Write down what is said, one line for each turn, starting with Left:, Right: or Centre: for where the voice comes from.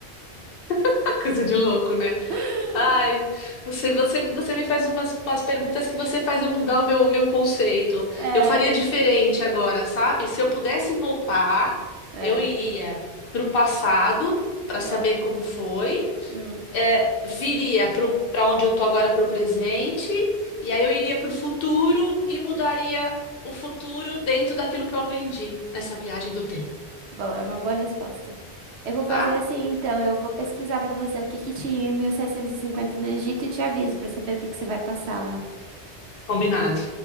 Left: <laughs> coisa de louco, né?
Right: <laughs>
Left: Ai, você, você, você me faz umas, umas perguntas que você faz eu mudar o meu, o meu conceito.
Right: É,
Left: Eu faria diferente agora, sabe? Se eu pudesse voltar,
Right: é,
Left: eu iria para o passado para
Right: é.
Left: saber como foi,
Right: Hum,
Left: é, viria para onde eu tô agora para o presente, e aí eu iria para o futuro e mudaria o futuro dentro daquilo que eu aprendi nessa viagem do tempo,
Right: bom, é uma boa resposta. Eu vou fazer
Left: tá?
Right: assim, então, eu vou pesquisar pra você o que que tinha em 1750 no Egito e te aviso pra saber o que que você vai passar lá.
Left: Combinado.